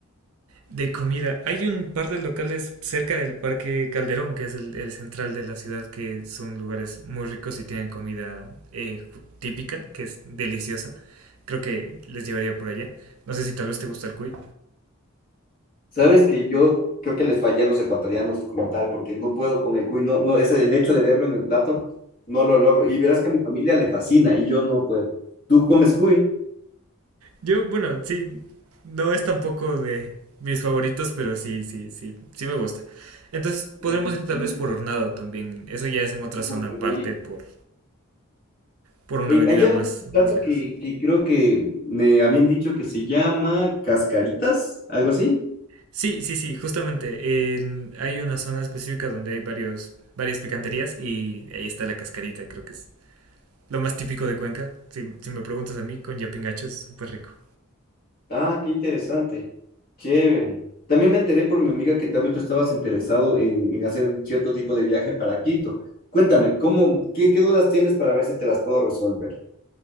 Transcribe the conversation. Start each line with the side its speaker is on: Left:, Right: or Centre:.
Right: De comida. Hay un par de locales cerca del Parque Calderón, que es el, el central de la ciudad, que son lugares muy ricos y tienen comida eh, típica, que es deliciosa. Creo que les llevaría por allá. No sé si tal vez te gusta el cuy.
Left: Sabes que yo creo que les fallé a los ecuatorianos como tal, porque no puedo con el cuy, no, no, ese, el hecho de verlo en el plato, no lo logro. Y verás que a mi familia le fascina y yo no puedo. ¿Tú comes cuy?
Right: Yo, bueno, sí, no es tampoco de mis favoritos, pero sí, sí, sí, sí me gusta. Entonces podremos
Left: Mm,
Right: ir tal vez por Hornado también. Eso ya es en otra
Left: uy,
Right: zona
Left: qué
Right: aparte,
Left: rico.
Right: por, por una
Left: Eh,
Right: avenida
Left: allá
Right: más,
Left: ven un
Right: más
Left: plato
Right: lejos.
Left: que, que creo que me habían dicho que se llama cascaritas, algo así.
Right: Sí, sí, sí, justamente. en- hay una zona específica donde hay varios, varias picanterías y ahí está la cascarita, creo que es lo más típico de Cuenca. Si, si me preguntas a mí, con yapingacho es súper rico.
Left: Ah, qué interesante. Chévere. También me enteré por mi amiga que también tú estabas interesado en, en hacer un cierto tipo de viaje para Quito. Cuéntame, ¿cómo, qué, qué dudas tienes para ver si te las puedo resolver?